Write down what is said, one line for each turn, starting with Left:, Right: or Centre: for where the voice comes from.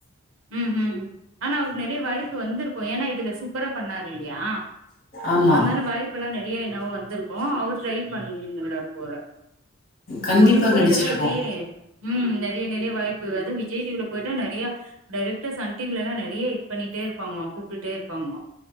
Right: ம் ஹூம் ஆனா அவருக்கு நெறைய வாய்ப்பு வந்திருக்கு ஏன்னா இதுல சூப்பரா பண்ணாரு இல்லையா
Left: ஆமா
Right: அதனால வாய்ப்பு எல்லா நெறைய என்னாவோ வந்திருக்கு அவரு ட்ரை பண்ணல போல
Left: கண்டிப்பா
Right: ஒண்ணுக்கு போயிட்டாவே
Left: கெடச்சிருக்கு
Right: அப்டியே உம் நெறைய நெறைய வாய்ப்பு அதா விஜய் டிவில போயிட்டா நெறையா டைரக்டா சன் டிவி எல்லா நெறையா இது பண்ணிட்டே இருப்பாங்களா கூப்டுட்டே இருப்பாங்களா